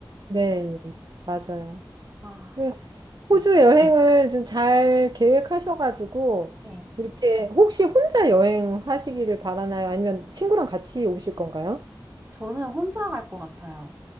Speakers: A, on the right; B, on the right.
A: 네, 맞아요.
B: 아,
A: 그
B: 네.
A: 호주 여행을 좀 잘 계획하셔가지고,
B: 네.
A: 이렇게 혹시 혼자 여행하시기를 바라나요? 아니면 친구랑 같이 오실 건가요?
B: 저는 혼자 갈 것 같아요.